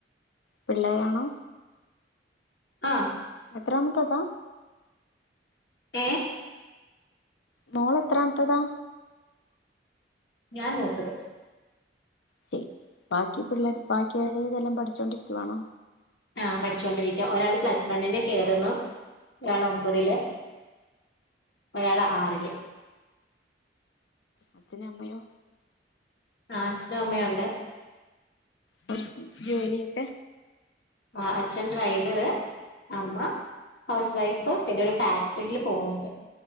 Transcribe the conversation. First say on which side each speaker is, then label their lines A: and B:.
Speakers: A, on the left; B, on the left.
A: പിള്ളേരാണോ
B: ആഹ്
A: എത്രാമത്തതാ
B: ഏ
A: മോള എത്രാമത്തതാ
B: ഞാൻ മൂത്തത്
A: ചേച്ചി ബാക്കി പിള്ളേർ ബാക്കി എല്ലാരും പഠിച്ചോണ്ടിരിക്കുവാണോ
B: ആഹ് പഠിച്ചൊണ്ടിരിക്കയ ഒരാൾ പ്ലസ് വണ്ണിനെ കേറുന്നു ഒരാള് ഒമ്പതില് ഒരാള് ആറില്.
A: അച്ഛനു അമ്മയോ?
B: ആ അച്ഛനും അമ്മയൊണ്ട്.
A: <unintelligible> ജോലിയൊക്കെ?
B: ആ അച്ഛൻ ഡ്രൈവറ് അമ്മ ഹൗസ് വൈഫ് പിന്നെ ഒരു ഫാക്ടറിയില് പോകുന്നുണ്ട്.